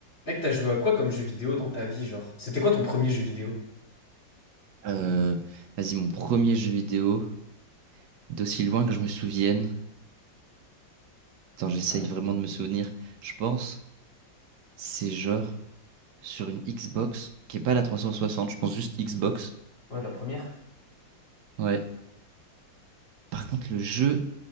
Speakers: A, on the left; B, on the right.
A: Mec, t'as joué à quoi comme jeu vidéo dans ta vie, genre? C'était quoi ton premier jeu vidéo?
B: Euh, vas-y, mon premier jeu vidéo, d'aussi loin que je me souvienne. Attends, j'essaye
A: Ouais,
B: vraiment de me souvenir. Je pense, c'est genre sur une Xbox, qui est pas la 360, je pense juste Xbox.
A: ouais, la première.
B: Ouais. Par contre, le jeu,